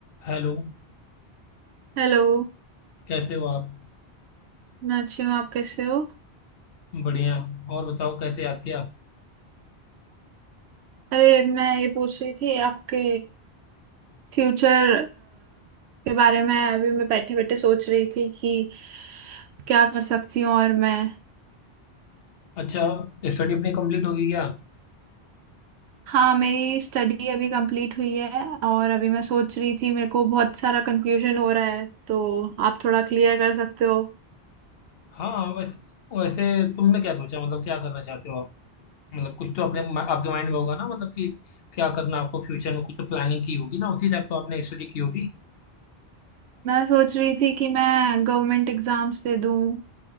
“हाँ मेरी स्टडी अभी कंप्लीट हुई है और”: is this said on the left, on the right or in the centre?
Right